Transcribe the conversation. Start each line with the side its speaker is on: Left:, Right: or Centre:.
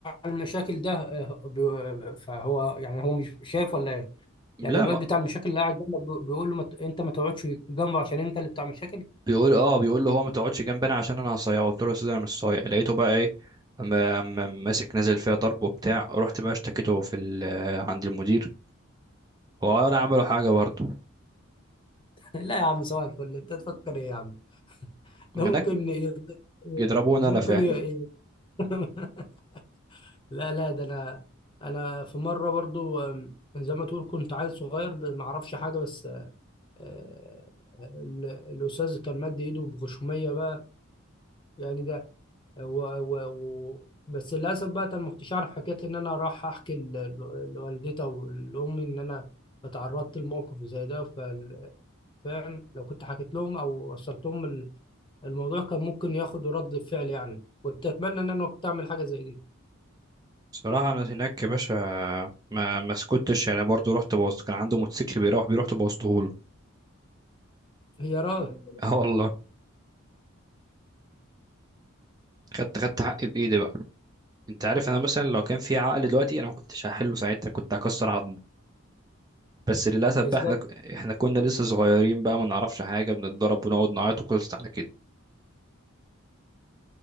Left: المشاكل ده آه، بي- فهو يعني هو مش شايف ولا
Right: لا
Left: يعني الواد بتاع المشاكل اللي قاعد جنبك بي- بيقول له ما ت- انت ما تقعدش جنبه عشان انت اللي بتاع مشاكل
Right: بيقول اه بيقول له هو ما تقعدش جنبنا عشان انا هصيعه قلت له يا استاذ انا مش صايع لقيته بقى ايه اما أما ماسك نازل فيها ضرب وبتاع رحت بقى اشتكيته في ال- آه، عند المدير هو ولا عملوا حاجه برضه
Left: <laughs> لا يا عم صباح الفل انت تفكر ايه يا عم ده
Right: هناك
Left: ممكن ي-
Right: يضربوني
Left: ممكن
Right: انا فعلا
Left: ي... <laughs> لا لا ده انا انا في مره برضو آم، زي ما تقول كنت عيل صغير ب- ما اعرفش حاجه بس آه، آه، ال- الاستاذ كان مد ايده بغشوميه بقى يعني ده و... و... و... بس للاسف بقى انا ما كنتش اعرف حكايه ان انا راح احكي ل- ل- لوالدتي او لامي ان انا اتعرضت لموقف زي ده ف... فاهم لو كنت حكيت لهم او وصلت لهم ال- الموضوع كان ممكن ياخدوا رد فعل يعني كنت اتمنى ان انا كنت اعمل حاجه زي دي
Right: صراحه انا هناك يا باشا ما ما سكتش يعني برضه رحت بوظت كان عنده موتوسيكل بيروح بيه رحت بوظته له
Left: هي راي
Right: <laughs> اه والله خدت خدت حقي بايدي بقى انت عارف انا مثلا لو كان في عقل دلوقتي انا ما كنتش هحله ساعتها كنت هكسر عظمه بس للأسف
Left: ازاي
Right: بقى احنا احنا كنا لسه صغيرين بقى ما نعرفش حاجة بنتضرب ونقعد نعيط وخلصت على كده